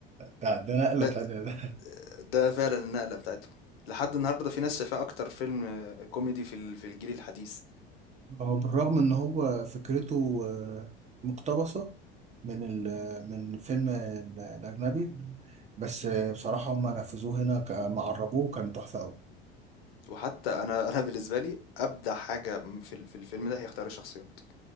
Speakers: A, on the right (about 25°); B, on the left (about 75°).
A: ده, ده نقلة
B: ده
A: تانية <laughs> ده
B: ده فعلا النقلة بتاعتهم لحد النهاردة في ناس شايفاه أكتر فيلم آه، كوميدي في ال- في الجيل الحديث
A: هو بالرغم إن هو فكرته آه، مقتبسة من ال من الفيلم ال- الأجنبي بس آه، بصراحة هم نفذوه هنا ك- ما عربوه كان تحفة أوي
B: وحتى أنا <laughs> أنا بالنسبة لي أبدع حاجة في ال- في الفيلم ده هي اختيار الشخصيات